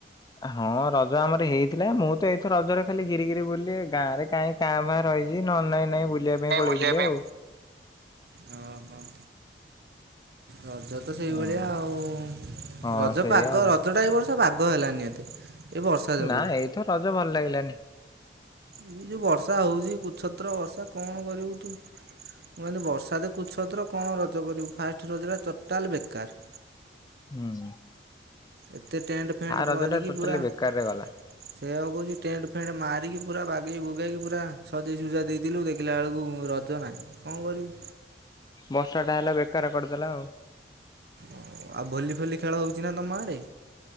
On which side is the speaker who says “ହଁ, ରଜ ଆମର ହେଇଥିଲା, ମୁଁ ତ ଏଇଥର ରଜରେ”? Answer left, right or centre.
Left